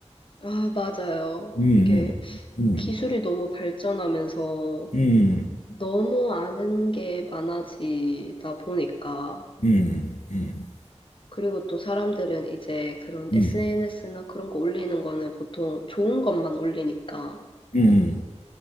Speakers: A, on the left; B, on the left.
A: 아, 맞아요.
B: 음,
A: 이게
B: 음,
A: 기술이 너무 발전하면서
B: 음, 음,
A: 너무 아는 게 많아지다 보니까,
B: 음, 음,
A: 그리고 또 사람들은 이제 그런
B: 음,
A: SNS나 그런 거 올리는 거는 보통 좋은 것만 올리니까.
B: 음,